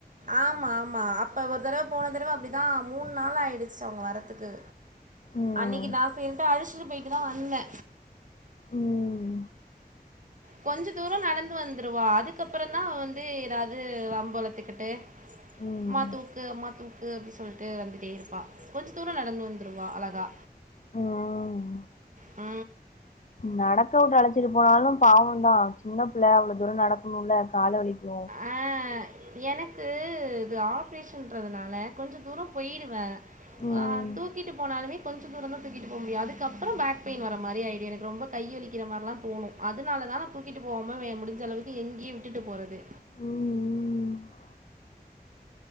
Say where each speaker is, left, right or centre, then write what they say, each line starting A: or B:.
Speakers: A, on the right (about 50°); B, on the left (about 50°).
A: ஆமா ஆமா அப்ப ஒரு தரவ போன தரவ அப்டிதா மூன்னாளாயிடுச்சு அவுங்க வரத்துக்கு
B: ம்
A: அன்னிக்கு நா சேர்ன்ட்டு அழச்சிட்டு போயிட்டுதா வந்தே
B: ம்
A: கொஞ்ச தூரோ நடந்து வந்துருவா அதுக்கப்பறந்தா வந்து ஏதாது வம்பளத்துக்கிட்டு
B: ம்
A: ம்மா தூக்கு அம்மா தூ க்கு அப்டி சொல்ட்டு வந்துட்டேருப்பா கொஞ்ச தூரோ நடந்து வந்துருவா அழகா
B: ம்
A: அ
B: நடக்கவுட்டு அழச்சிட்டு போனாலு பாவந்தா சின்ன பிள்ள அவ்ளோ தூரோ நடக்கணுல்ல கால வலிக்கு
A: அ எனக்கு இது ஆப்ரேஷன்றதுனால கொஞ்ச தூரோ போய்டுவே
B: ம்
A: அ தூக்கிட்டு போனாலுமே கொஞ்சம் தூரந்தா தூக்கிட்டு போ முடியு அதுக்கப்பற பேக் பெயின் வர மாரி ஆயிடு எனக்கு ரொம்ப கையி வலிக்கிற மாரிலா தோணு அதுனால தா நா தூக்கிட்டு போவாம வே முடிஞ்சளவுக்கு இங்கியே விட்டுட்டு போறது
B: ம் ம்